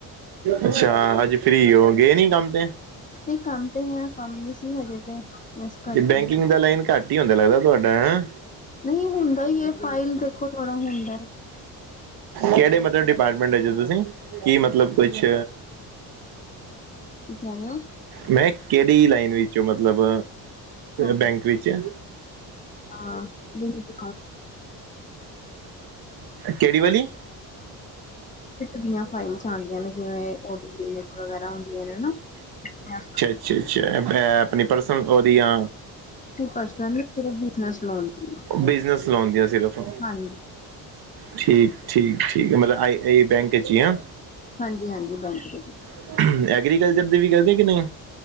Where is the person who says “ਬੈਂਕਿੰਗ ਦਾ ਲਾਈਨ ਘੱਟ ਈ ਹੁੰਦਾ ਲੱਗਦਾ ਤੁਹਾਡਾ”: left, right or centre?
Right